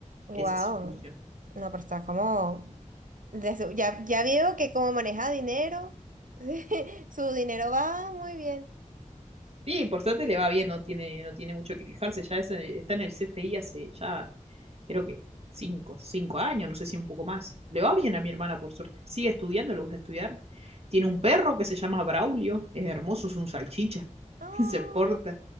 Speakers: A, on the right; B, on the right.
A: Wow.
B: Esa es su función.
A: No, pero está como... de su- ya, ya veo que como maneja dinero, <laughs> su dinero va muy bien.
B: Sí, por suerte le va bien, no tiene, no tiene mucho que quejarse. Ya es- eh, está en el CFI hace ya, creo que cinco, cinco años, no sé si un poco más. Le va bien a mi hermana, por suerte. Sigue estudiando, le gusta estudiar. Tiene un perro que se llama Braulio, es hermoso, es un salchicha.
A: Ah,
B: <laughs> Se porta.